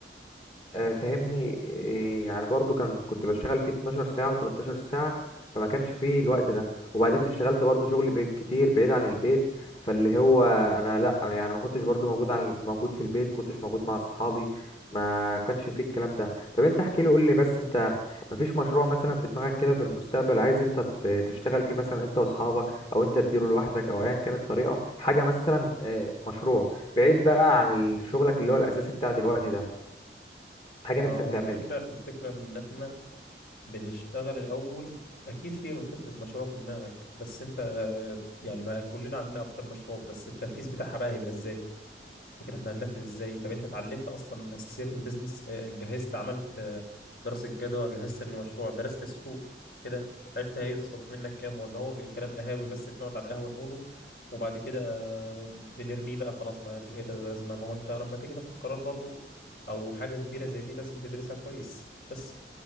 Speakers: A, on the left; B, on the left.
A: آه، فاهمني إيه، يعني برضو كان كنت بشتغل فيه 12 ساعة و13 ساعة فما كانش فيه الوقت ده وبعدين اشتغلت برضو شغل بي- كتير بعيد عن البيت فاللي هو انا لا يعني ما كنتش برضو موجود عن موجود في البيت ما كنتش موجود مع اصحابي ما كانش فيه الكلام ده طب انت احكي لي قول لي بس انت ما فيش مشروع مثلا في دماغك كده في المستقبل عايز انت ت- تشتغل فيه مثلا انت واصحابك او انت تديره لوحدك او ايا كانت الطريقة حاجة مثلا آه، مشروع بعيد بقى عن ال- شغلك اللي هو الاساسي بتاع دلوقتي ده حاجة
B: ما
A: نفسك
B: هو
A: تعملها
B: الفكرة الفكرة ان احنا بنشتغل الأول اكيد في فكرة مشروع في دماغك بس انت آه، يعني ما كلنا عندنا افكار مشروع بس التنفيذ بتاعها بقى هيبقى ازاي تفتكر احنا هننفذ ازاي طب انت اتعلمت اصلا من اساسيات البيزنس آه، جهزت عملت آه، دراسة جدوى جهزت المشروع درست السوق كده عرفت هيصرف منك كام ولا هو بي- كلام قهاوي بس بنقعد على القهوة نقوله وبعد كده آه، بنرميه بقى خلاص ما لوش اي لازمة ما هو انت لما تيجي تاخد قرار برضو او حاجة كبيرة زي دي لازم تدرسها كويس بس